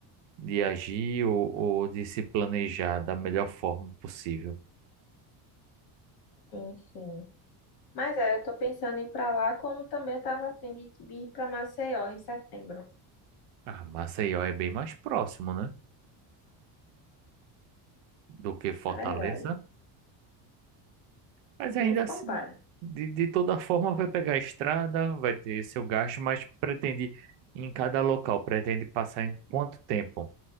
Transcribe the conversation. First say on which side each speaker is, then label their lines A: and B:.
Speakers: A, on the right; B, on the left.
A: de agir ou, ou de se planejar da melhor forma possível.
B: Sim, sim. Mas é, eu tô pensando em ir pra lá, como também eu tava a fim de ir pra Maceió em setembro.
A: Ah, Maceió é bem mais próximo, né? Do que Fortaleza,
B: É verdade.
A: mas
B: Nem
A: ainda
B: se
A: assim,
B: compara.
A: de, de toda forma, vai pegar a estrada, vai ter seu gasto, mas pretende, em cada local, pretende passar em quanto tempo?